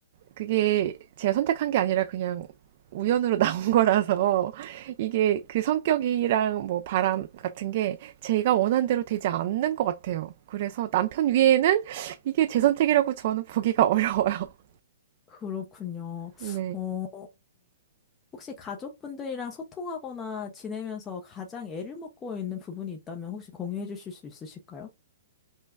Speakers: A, on the right; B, on the left.
A: 그게 제가 선택한 게 아니라 그냥 우연으로 <laughs> 나온 거라서 이게 그 성격이랑 뭐 바람 같은 게 제가 원한 대로 되지 않는 것 같아요. 그래서 남편 위에는 이게 제 선택이라고 저는 보기가 어려워요. <laughs>
B: 그렇군요.
A: 네.
B: 어, 혹시 가족분들이랑 소통하거나 지내면서 가장 애를 먹고 있는 부분이 있다면 혹시 공유해 주실 수 있으실까요?